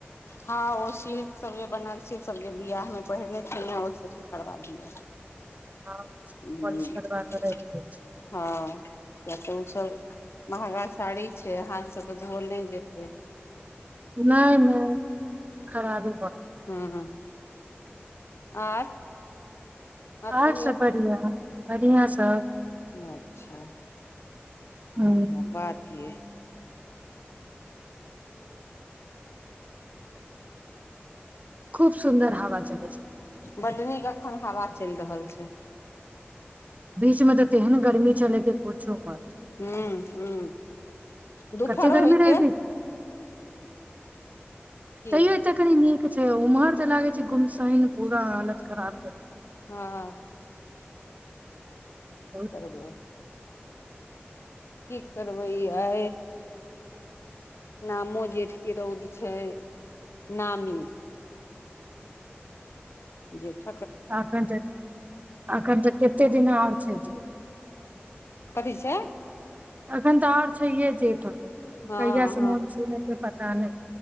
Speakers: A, on the left; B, on the right.
A: हँ ओ सिलक सग बनारस सग बिआाहमे पहिरने छह ओ सबके करबा दियअ
B: हँ,
A: ह
B: पॉलिश करबा कऽ राखि दै छी
A: हँ या तऽ ओसभ <unintelligible> महगा साड़ी छै हाथसँ तऽ धोअल नहि जेतै
B: नहि नहि खराब
A: हँ आ
B: गेल
A: आर कहियौ
B: सब बढ़िआँ बढ़िआँ सब
A: अच्छा
B: ह
A: इह बात य
B: खूब सुन्दर हवा चलै छै
A: बड्ड नीक एखन हवा चलि रहल छै
B: बीच मे तऽ तेै ने गर्मी चल के प बात
A: हूं हूं दुपहरो
B: कते गरमी
A: होइते
B: रह
A: की
B: तैयो ए कनि नीक छै उम्हर तऽ लागे छै घुमसन पूरा हालत खराब कर
A: हँ
B: बहुत
A: करबै की करबै आ नामो जे क रौद छै नामी जठ
B: एखन तऽ एखन तऽ कते दिन आओर छै जे
A: कथी छै
B: एखन तऽ आओर छैे जेठ कहिय
A: हँ
B: से
A: हँ
B: मानसून ह त पता नहि